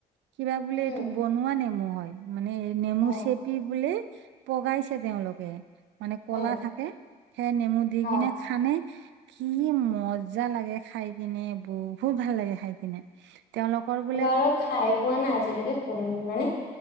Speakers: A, on the right; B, on the left.
A: কিবা বোলে
B: উম,
A: এইটো বনোৱা নেমু হয় মানে এই নেমু
B: অ',
A: চেপি বোলে পগাইছে তেওঁলোকে মানে কলা
B: হয়,
A: থাকে সেই নেমু দি
B: অ'।
A: কিনে খানে কি মজা লাগে খাই কিনে বহুত ভাল লাগে খাই কি তেওঁলোকৰ বোলে
B: ধ খাই পোৱা না আজিলৈকে কোন মানে